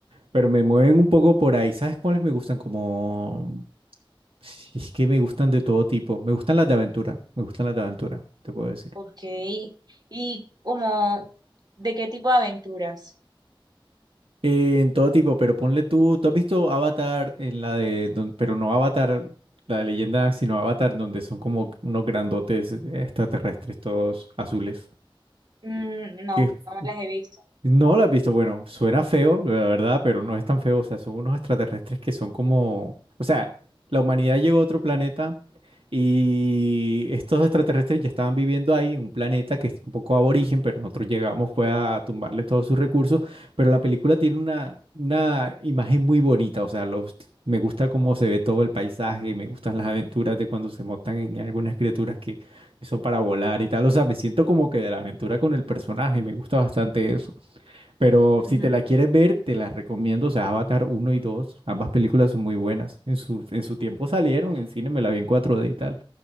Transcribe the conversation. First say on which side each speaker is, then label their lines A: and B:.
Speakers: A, on the right; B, on the right.
A: pero me mueven un poco por ahí. ¿Sabes cuáles me gustan? Como... si Es que me gustan de todo tipo. Me gustan las de aventura. Me gustan las de aventura, te puedo decir.
B: Ok. Y como, ¿de qué tipo de aventuras?
A: Eh, en todo tipo, pero ponle tú, ¿tú has visto Avatar en la de, don- pero no Avatar, la de leyenda, sino Avatar donde son como unos grandotes extraterrestres todos azules?
B: Mm, no,
A: Que es
B: no me las he visto.
A: No la has visto. Bueno, suena feo, la verdad, pero no es tan feo. O sea, son unos extraterrestres que son como... O sea, la humanidad llegó a otro planeta y estos extraterrestres ya estaban viviendo ahí en un planeta que es un poco aborigen, pero nosotros llegamos fue a tumbarle todos sus recursos. Pero la película tiene una, una imagen muy bonita. O sea, los... me gusta cómo se ve todo el paisaje, me gustan las aventuras de cuando se montan en algunas criaturas que que son para volar y tal. O sea, me siento como que de la aventura con el personaje, me gusta bastante eso. Pero
B: Ujú.
A: si te la quieres ver, te las recomiendo. O sea, Avatar uno y 2 ambas películas son muy buenas. En su, en su tiempo salieron en cine, me la vi en 4D y tal.